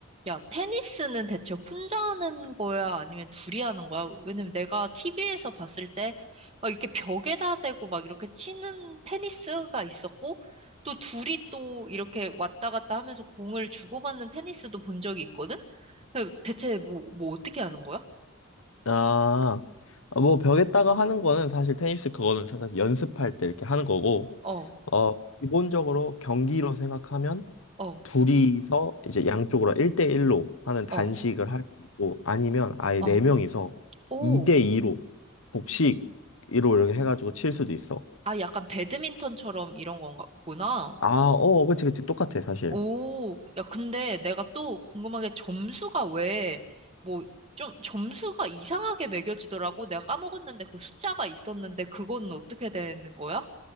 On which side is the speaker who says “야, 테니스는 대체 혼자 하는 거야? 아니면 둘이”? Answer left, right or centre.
Right